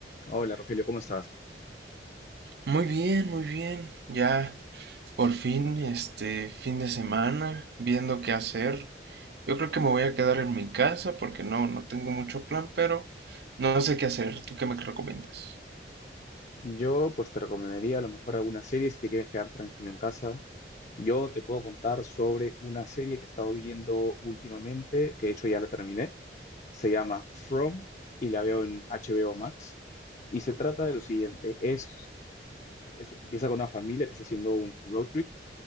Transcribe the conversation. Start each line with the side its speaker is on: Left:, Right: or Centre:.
Left: Hola Rogelio, ¿cómo estás?
Right: Muy bien, muy bien. Ya por fin, este fin de semana, viendo qué hacer. Yo creo que me voy a quedar en mi casa porque no, no tengo mucho plan, pero no sé qué hacer. ¿Tú qué me recomiendas?
Left: Yo pues te recomendaría a lo mejor alguna serie si te quieres quedar tranquilo en casa. Yo te puedo contar sobre una serie que he estado viendo últimamente, que de hecho ya la terminé. Se llama From y la veo en HBO Max. Y se trata de lo siguiente, es, es- empieza con una familia que está haciendo un road trip